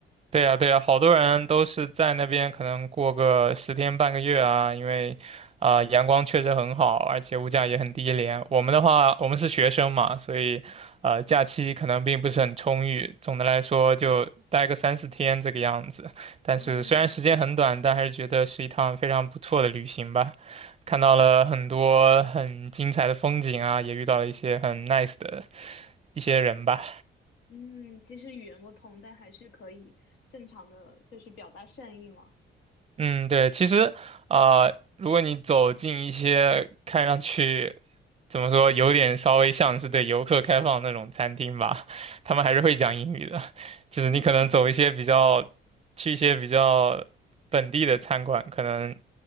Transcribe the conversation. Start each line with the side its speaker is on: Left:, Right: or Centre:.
Right: 对呀，对呀，好多人都是在那边可能过个十天半个月啊，因为啊、阳光确实很好，而且物价也很低廉。我们的话，我们是学生嘛，所以呃假期可能并不是很充裕，总的来说就待个三四天这个样子。但是虽然时间很短，
Left: 嗯
Right: 但还是觉得是一趟非常不错的旅行吧。看到了很多很精彩的风景啊，也遇到了一些很 nice 的一些人吧。
Left: 嗯，其实语言不通，但还是可以正常的，就是表达善意嘛。
Right: 嗯，对，其实啊、呃如果你走进一些看上去怎么说，有点稍微像是对游客开放的那种餐厅吧，<laughs> 他们还是会讲英语的。就是你可能走一些比较，
Left: 嗯。
Right: 去一些比较本地的餐馆，可能